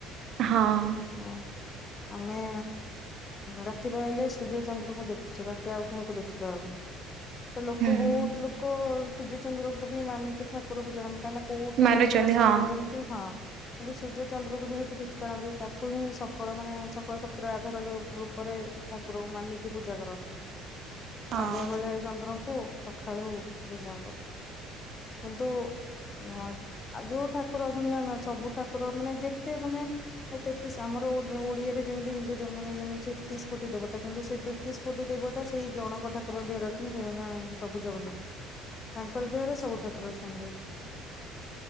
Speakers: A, on the right; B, on the left.
A: ହଁ।
B: ହଁ ଆମେ ରାତି ବାହଲେ ସୂର୍ଯ୍ୟ ଚନ୍ଦ୍ରଙ୍କୁ ଦେଖୁଛେ ବାକି ଆଉ କାହାକୁ ଦେଖିପାରୁନି ତ ଲୋକ
A: ହୁଁ
B: ବହୁତ ଲୋକ ସୂର୍ଯ୍ୟ ଚନ୍ଦ୍ରଙ୍କୁ ବି ମାନିକି ଠାକୁର ପୂଜା କାହିଁକି କୋଉ ଠାକୁରଙ୍କୁ
A: ମାନୁଛନ୍ତି
B: ଦର୍ଶନ
A: ହଁ।
B: କରିପାରନି ହଁ କିନ୍ତୁ ସୂର୍ଯ୍ୟ ଚନ୍ଦ୍ର କ ଯେହେତୁ ଦେଖ କିଳନ୍ତି ତାକୁ ହିଁ ସକଳ ମାନେ ସକଳ ଶତତି ଆଧାର ଯୋଉ ରୂପରେ ଠାକୁରଙ୍କୁ ମାନିକି ପୂଜା କରନ୍ତି।
A: ହଁ
B: ସନ୍ଧ୍ୟା ବେଳେ ଚନ୍ଦ୍ରଙ୍କୁ ସଖାଳୁ ସୂର୍ଯ୍ୟ ଙ୍କୁ କିନ୍ତୁ ହଉ ଯୋଉ ଠାକୁର ଅଛନ୍ତି ନା ନା ସବୁ ଠାକୁର ମାନେ ଯେତେ ମାନେ ତେତିଶ ଆମର ଓଡିଆରେ ଯେମିତି ହିନ୍ଦୁ ଧର୍ମାନେ ତେତିଶ କୋଟି ଦେବତା କିନ୍ତୁ ସେ ତେତିଶ ଫୁଟି ଦେବତା ସେଇ ଜଣକ ଠାକୁରରେ ଅଛନ୍ତି ସେ ପ୍ରଭୁ ଜଗନ୍ନାଥ ତାଙ୍କର ଦେହରେ ସବୁ ଠାକୁର ଅଛନ୍ତି।